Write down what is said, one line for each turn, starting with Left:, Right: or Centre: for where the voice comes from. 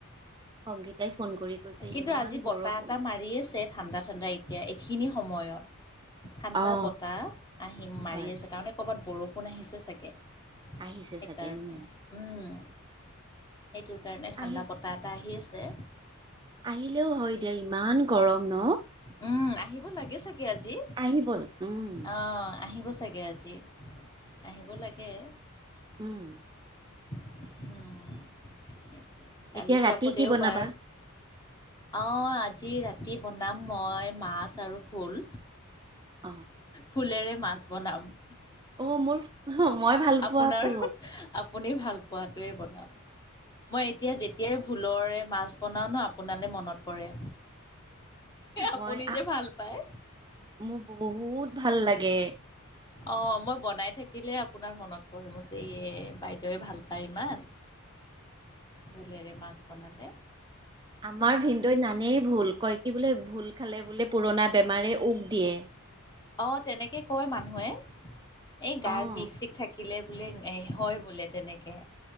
Right: সংগীতাই ফোন কৰি কৈছে
Left: কিন্তু
Right: ইমান
Left: আজি বতাহ
Right: বৰষুণ
Left: এটা মাৰি আছে ঠাণ্ডা ঠাণ্ডা এতিয়া এইখিনি সময়ত। ঠাণ্ডা
Right: অ
Left: বতাহ আহিম মাৰি
Right: হয়
Left: আছে তাৰমানে কৰ'বাত বৰষুণ আহিছে চাগে।
Right: আহিছে
Left: সেইকাৰণে
Right: চাগে উম
Left: উম। সেইটোৰ কাৰণে ঠাণ্ডা
Right: আহি
Left: বতাহ এটা আহি আছে।
Right: আহিলেও হয় দিয়া ইমান গৰম ন।
Left: উম আহিব লাগে চাগে আজি,
Right: আহিব ল উম
Left: আহ আহিব। চাগে আজি আহিব লাগে
Right: উম।
Left: অ'। কালিতো
Right: এতিয়া ৰাতি
Left: আকৌ দেওবাৰ।
Right: কি বনাবা
Left: অ' আজি ৰাতি বনাম মই মাছ আৰু ফুল।
Right: অ
Left: ফুলেৰে মাছ বনাম।
Right: অ মোৰ মই ভাল
Left: আপোনাৰ?
Right: পোৱাতো
Left: আপুনি ভাল পোৱাটোৱেই বনাম। মই এতিয়া যেতিয়াই ফুলেৰে মাছ বনাও ন আপোনালৈ মনত পৰে। আপুনি
Right: মই
Left: যে ভাল পায়।
Right: মোৰ বহুত ভাল লাগে।
Left: অ' মই বনাই থাকিলে আপোনাৰ মনত পৰে মোৰ বাইদেউৱে ভাল পাই ইমান ভোলেৰে মাছ বনালে।
Right: আমাৰ ভিনদৈত নানেই ভোল কয় কি বোলে ভোল খালে বোলে পুৰণা বেমাৰে উগ দিয়ে।
Left: অ' তেনেকে কয় মানুহে। এই গাৰ
Right: অ',
Left: বিষ চিষ থাকে শিকিলে বোলে হয় বোলে তেনেকে,